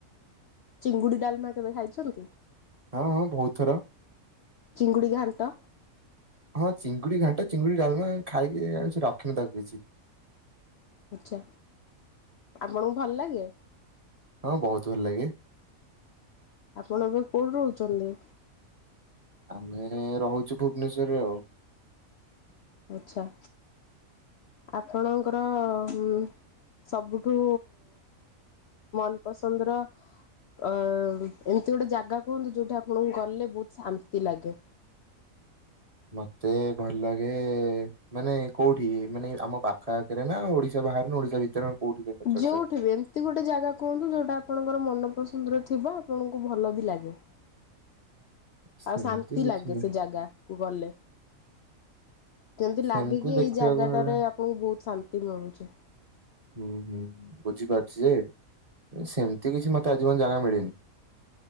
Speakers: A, on the left; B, on the right.
A: ଚିଙ୍ଗୁଡି ଡାଲମା କେବେ ଖାଇଛନ୍ତି?
B: ହଁ ହଁ ବହୁତଥର।
A: ଚିଙ୍ଗୁଡି ଘାଣ୍ଟ?
B: ହଁ ଚିଙ୍ଗୁଡି ଘାଣ୍ଟ ଚିଙ୍ଗୁଡି ଡାଲମା ଖାଇକି ଆଉ ସେ ରଖିନୁ ତାକୁ କିଛି।
A: ଆଚ୍ଛା ଆପଣଙ୍କୁ ଭଲ ଲାଗେ?
B: ହଁ ବହୁତ ଭଲ ଲାଗେ।
A: ଆପଣ ଏବେ କୋଉଠି ରହୁଛନ୍ତି?
B: ଆମେ ରହୁଛୁ ଭୁବନେଶ୍ଵରରେ ଆଉ।
A: ଆଚ୍ଛା। ଆପଣଙ୍କର ମ-ମ ସବୁଠୁ ମନପସନ୍ଦର ଅ ଏମତି ଗୋଟେ ଜାଗା କୁହନ୍ତୁ ଯୋଉଠି ଆପଣଙ୍କୁ ଗଲେ ବହୁତ ଶାନ୍ତି ଲାଗେ।
B: ମତେ ଭଲ ଲାଗେ, ମାନେ କୋଉଠି ମାନେ ଆମ ପାଖ ଆଖରେ ନା ଓଡିଶା ବାହାରେ ନା ଓଡିଶା ଭିତରେ କୋଉଠି ତମେ ପଚାରୁଛ?
A: ଯୋଉଠି ବି ଏମିତି ଗୋଟେ ଜାଗା କୁହନ୍ତୁ ଯୋଉଟା ଆପଣଙ୍କର ମନପସନ୍ଦର ଥିବ ଆପଣଙ୍କୁ ଭଲ ବି ଲାଗେ
B: ସେମିତି
A: ଆଉ ଶାନ୍ତି
B: କିଛି
A: ଲାଗେ
B: ନାହିଁ
A: ସେ ଜାଗା କୁୁ ଗଲେ କେମିତି
B: ସେମିତି
A: ଲାଗିକି
B: ଦେଖିବାକୁ
A: ଏଇ ଜାଗାଟାରେ
B: ହେଲେ
A: ଆପଣଙ୍କୁ ବହୁତ ଶାନ୍ତି ମିଳୁଛି।
B: ହୁଁ ହୁଁ ବୁଝିପାରୁଛି ଯେ ସେମିତି କିଛି ମତେ ଆଜି ପର୍ଯନ୍ତ ଜାଗା ମିଳିନି।